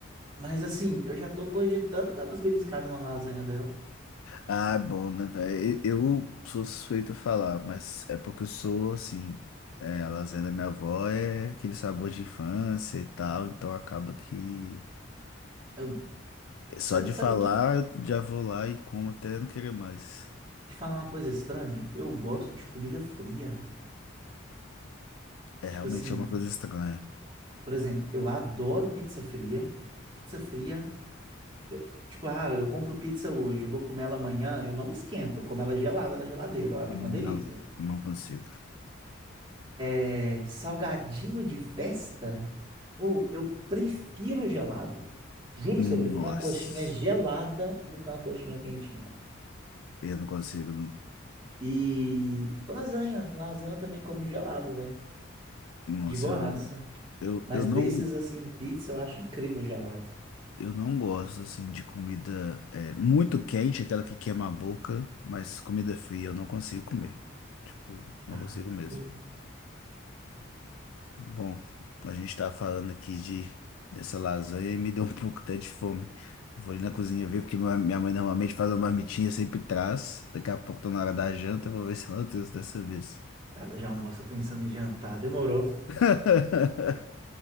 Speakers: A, on the right; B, on the left.
A: mas assim, eu já tô cogitando dar umas beliscadas na lasanha dela.
B: Ah, é bom, né, velho? Eu eu sou suspeito a falar, mas é porque eu sou, assim, é, a lasanha da minha avó é aquele sabor de infância e tal, então acaba que
A: Eu-
B: só
A: Sabe,
B: de falar
A: sabe o que
B: eu já vou lá e como até não querer mais.
A: Te falar uma coisa estranha, eu gosto de comida fria.
B: É
A: Tipo
B: realmente
A: assim,
B: é uma coisa estranha.
A: por exemplo, eu adoro pizza fria. Pizza fria, eu- tipo, ah, eu compro pizza hoje, eu vou comer ela amanhã, eu não esquento, eu como ela gelada da geladeira, eu acho
B: Não,
A: uma delícia.
B: não consigo.
A: É, salgadinho de festa? Ou eu prefiro gelado. Juro
B: Nossa,
A: pra você, eu prefiro uma coxinha gelada do que uma coxinha quentinha.
B: eu não consigo, não.
A: E lasanha, lasanha eu também como gelado, velho.
B: Nossa,
A: De boaça.
B: eu, eu,
A: Mas
B: eu
A: desses,
B: não.
A: assim, pizza eu acho incrível gelado.
B: Eu não gosto, assim, de comida é, muito quente, aquela que queima a boca, mas comida fria eu não consigo comer. Tipo, não
A: Ah,
B: consigo mesmo.
A: ok.
B: Bom, a gente tá falando aqui de dessa lasanha e me deu um <laughs> pouco até de fome. Vou ali na cozinha ver, porque minha minha mãe normalmente faz uma marmitinha, sempre traz. Daqui a pouco tá na hora da janta, vou ver se ela trouxe dessa vez.
A: Cara, já almoça pensando em jantar. Demorou.
B: <laughs>